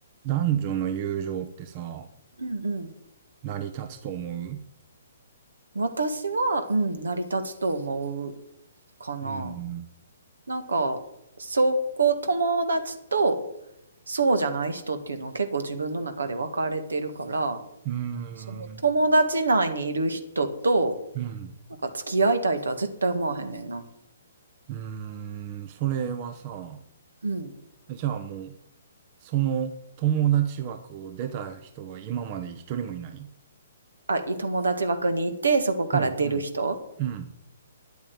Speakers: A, on the right; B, on the right.
A: 男女の友情ってさ、
B: うんうん。
A: 成り立つと思う
B: 私は、うん、成り立つと思うかな。
A: うん。
B: なんか、そこ友達とそうじゃない人っていうのは結構自分の中で分かれてるから、
A: うーん。
B: その友達内にいる人と、
A: うん。
B: なんか付き合いたいとは絶対思わへんねんな。
A: うーん。それはさ、
B: うん。
A: じゃあもう、その友達枠を出た人は今まで一人もいない
B: あ、い友達枠にいて、そこから出る人。
A: うん。うん。うん。